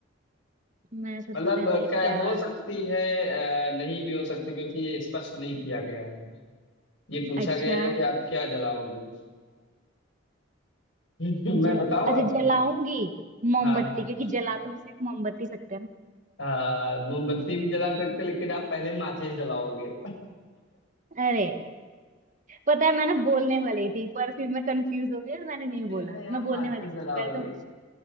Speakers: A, on the right; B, on the left.
A: मैं सबसे
B: मतलब
A: पहले
B: अ, क्या
A: क्या
B: हो सकती है अ, नहीं भी हो सकती क्योंकि ये स्पष्ट नहीं किया गया है ये पूछा
A: अच्छा
B: गया है कि आप क्या जलाओगे <laughs> मैं
A: जला
B: बताऊं
A: अच्छा
B: आपको
A: जलाऊंगी मोमबत्ती
B: हाँ हाँ।
A: क्योंकि जला तो हम सिर्फ मोमबत्ती सकते हैं ना
B: हाँ मोमबत्ती भी जला सकते हो, लेकिन आप पहले माचिस जलाओगे
A: अरे पता है मैं ना बोलने वाली थी पर फिर मैं कंफ्यूज हो गई और मैंने नहीं
B: पहले
A: बोला
B: आप
A: मैं बोलने
B: माचिस
A: वाली थी
B: जलाओगे
A: सबसे पहले तो